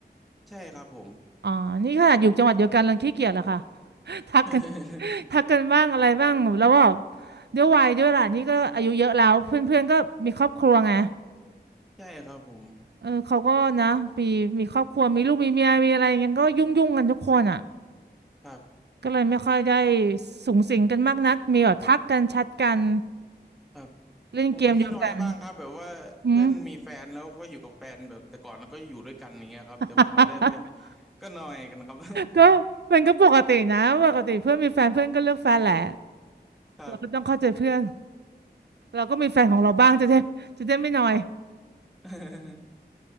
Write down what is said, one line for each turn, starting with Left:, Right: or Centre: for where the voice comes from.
Centre: ใช่ครับผม
Right: อ๋อนี่ขนาดอยู่จังหวัดเดียวกันรังขี้เกียจเหรอคะ ทักกัน
Centre: <laughs>
Right: <laughs> ทักกันบ้างอะไรบ้างแล้ว่าบด้วยวัยด้วยล่ะนี่ก็อายุเยอะแล้วเพื่อนๆก็มีครอบครัวไง
Centre: ใช่ครับผม
Right: เออเขาก็นะมีมีครอบครัวมีลูกมีเมียมีอะไรอย่างเงี้ยก็ยุ่งยุ่งกันทุกคนอ่ะ
Centre: ครับ
Right: ก็เลยไม่ค่อยได้สุงสิงกันมากนักมีแบบทักกันแชทกัน
Centre: ครับ
Right: เล่นเกมเดียวกัน
Centre: ผมก็มีหน่อยบ้างครับแบบว่าเพื่อนมีแฟนแล้วก็อยู่กับแฟนแบบแต่ก่อนแล้วก็อยู่ด้วยกันอย่างเงี้ยครับแต่พอได้แฟน
Right: อืม <laughs>
Centre: ก็หน่อยกันครับ
Right: ก็มันก็ปกตินะปกติเพื่อนมีแฟนเพื่อนก็เลือกแฟนแหละ
Centre: <laughs> ครั
Right: เราก็ต้องเข้าใจเพื่อนเราก็มีแฟนของเราบ้างจะได้จะได้ไม่นอย
Centre: บ <laughs>